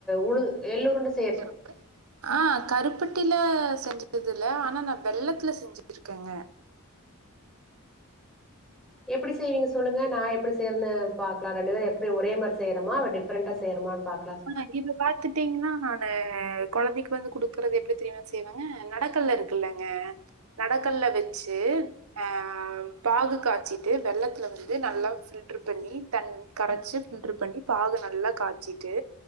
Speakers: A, in the centre; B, on the right.
A: உளுந் எல்லூருண்ட
B: கருப்பு ஆ கருப்பட்டில செஞ்சதுல ஆனா நா வெள்ளத்துல செஞ்சுருக்கங்க
A: எப்டி செய்வீங்க சொல்லுங்க நா எப்டி சேய்றன்னு பாக்கலா ரெண்டு பேரு எப்டி ஒரே மாரி செய்ரோமா இல்ல டிஃப்ரண்டா செய்ரோமான் பாக்
B: ஆ இது பாத்துகிட்டீங்கன்னா நானு கொழந்தைக்கு வந்து குடுக்குறது எப்டி தெரிமா செய்வங்க நெடக்கல்ல இருக்குல்லங்க நெடக்கல்ல வச்சு அ பாகு காய்சிட்டு வெள்ளத்துல வந்து நல்லா பில்டர் பண்ணி தன் கரைச்சு பில்டர் பண்ணி பாகு நல்லா காய்சி ட்டு